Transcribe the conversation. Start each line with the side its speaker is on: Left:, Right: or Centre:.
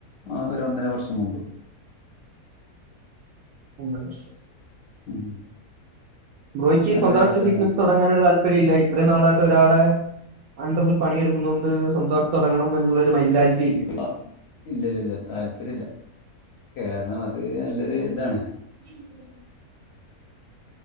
Left: ആറെര ഒന്നര വർഷം മുമ്പ്.
Right: ഒന്നരവർഷം
Left: ഉം
Right: ബ്രോയിക്ക്
Left: നല്ല
Right: സ്വന്തമായിട്ടൊരു
Left: യാത്രേനു
Right: ബിസിനസ് തൊ തൊടങ്ങാനൊര് താല്പര്യം ഇല്ലേ ഇത്രയും ന്നാളായിട്ട് ഒരാളെ അണ്ടർ പണിയെടുക്കുന്നുണ്ട് സ്വന്തായിട്ട് തൊടങ്ങണം എന്നുള്ളൊരു മൈന്റാലിറ്റി ഇല്ലെ?
Left: ഹ ഇല്ലല്ല ല്ല താല്പര്യല്ല കാരണം അത് നല്ലൊരു താണ്.
Right: <unintelligible>